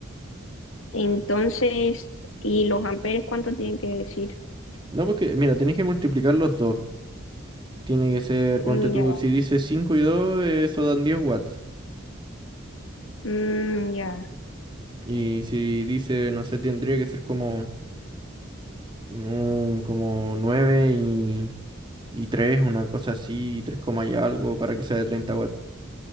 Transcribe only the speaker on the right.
No, porque, mira, tenés que multiplicar los dos. Tiene que ser, ponte
tú,
si dice 5 y 2 eso dan 10 watts.
Y si dice, no sé, tendría que ser como, mm, como 9 y, y 3 una cosa así, 3 coma y algo, para que sea de 30 watts.